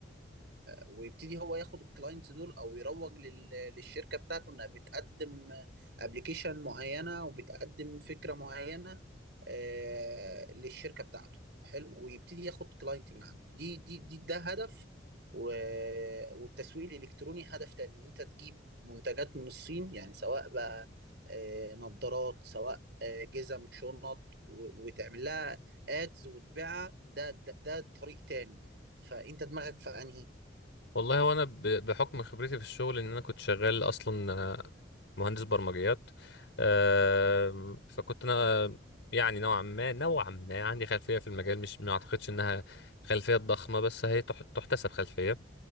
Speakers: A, on the right; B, on the left.
A: ويبتدي هو ياخد الكلاينتس دول او يروج لل... للشركه بتاعته انها بتقدم ابلكيشن معينه وبتقدم فكره معينه آه... للشركه بتاعته حلو ويبتدي ياخد كلاينت من عنده دي دي, دي ده هدف و... والتسويق الالكتروني هدف تاني ان انت تجيب منتجات من الصين يعني سواء بقى آه... نظارات سواء آه، جزم شنط و... وتعمل لها ادز وتبيعها ده ده, ده طريق تاني فانت دماغك في انهي
B: والله هو انا ب- بحكم خبرتي في الشغل ان انا كنت شغال اصلا مهندس برمجيات آم، فكنت انا يعني نوعا ما نوعا ما عندي خلفيه في المجال مش ما اعتقدش انها خلفيه ضخمه بس هي تح- تحتسب خلفيه